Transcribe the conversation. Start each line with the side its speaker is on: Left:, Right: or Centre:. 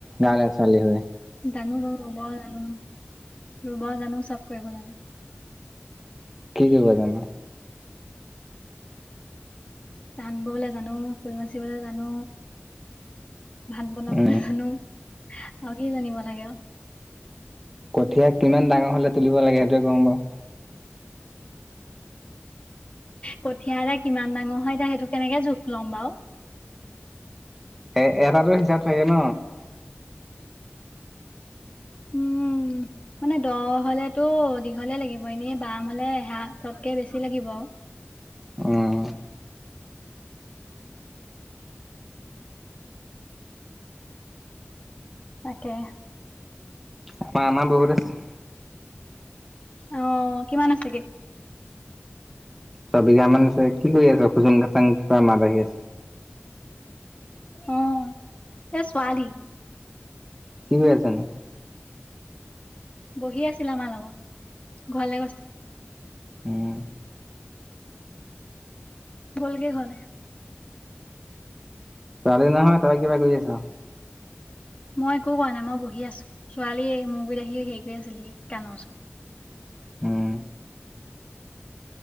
Centre: গাঁৱলীয়া ছোৱালী হৈ?
Left: জানো, ৰ ৰুব জানো। ৰুব জানো, চব কৰিব জানো।
Centre: কি কৰিব জান?
Left: তাত ববলে জানো, ফুল বাচিবলৈ জানো, ভাত বনাবলৈ
Centre: উম,
Left: জানো। আউ কি জানিব লাগে আউ?
Centre: কঠীয়া কিমান ডাঙৰ হলে, তুলিব লাগে সেইটোয়ে কচোন বাৰু?
Left: কঠিয়া এটা কিমান ডাঙৰ হয় এতিয়া সেইটো কেনেকে জোখ ল'ম বাউ?
Centre: এ এটাতো হিচাপ থাকে ন।
Left: উম মানে দ হলেতো, দীঘলে লাগিব। এনে বাম হলে এহাততকে বেছি লাগিব আউ।
Centre: উম।
Left: তাকে।
Centre: ম আমাৰ বহুত আছে।
Left: অ কিমান আছেগে?
Centre: ছবিঘা মান আছে। কি কৰি আছ খোচুং খাচং কিবা মাত আহি আছে।
Left: অ এ ছোৱালী
Centre: কি কৰি আছ নো?
Left: বহি আছিল আমাৰ লগত ঘৰলে গৈছ
Centre: উম,
Left: গ'লগে ঘৰলে।
Centre: ছোৱালী নহয়, তই কিবা কৰি আছ।
Left: মই একো কৰা নাই মই বহি আছো। ছোৱালী মোৰ গুৰিত আহি হেৰি কৰি আছিল হি কাণৰ ওচৰত।
Centre: উম।